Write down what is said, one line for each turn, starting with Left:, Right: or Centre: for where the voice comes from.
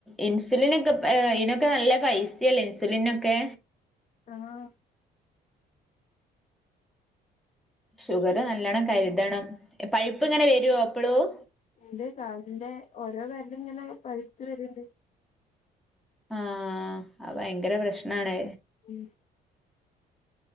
Centre: ഇൻസുലിനൊക്കെ ഏഹ് അയിനൊക്കെ നല്ല പൈസ്യല്ലേ ഇൻസുലിനൊക്കെ
Left: ആഹ്
Centre: ഷുഗറ് നല്ലോണം കരുതണം പഴുപ്പ് ഇങ്ങനെ വരോ എപ്പളും
Left: രണ്ട് കാലിന്റെ ഓരോ വെരലും ഇങ്ങനെ പഴുത്ത് വരിണ്ട്
Centre: ആഹ് അത് ഭയങ്കര പ്രശ്നാണ്
Left: ഉം